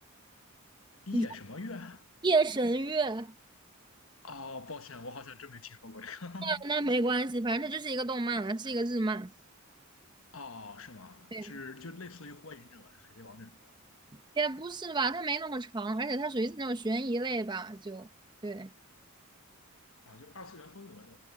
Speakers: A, on the left (about 70°); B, on the right (about 20°).
A: 夜什么月啊？
B: 你夜神月，哦，
A: 哦，抱歉，我好像真没听说过这个。
B: 那那没关系，反正它就是一个动漫啊，是一个日漫。
A: <laughs> 哦，是吗？
B: 对，
A: 是就类似于《火影忍者》《海贼王》这种
B: 也不是吧，它没那么长，而且它属于是那种悬疑类吧，就对，
A: 的啊，就二次元风格的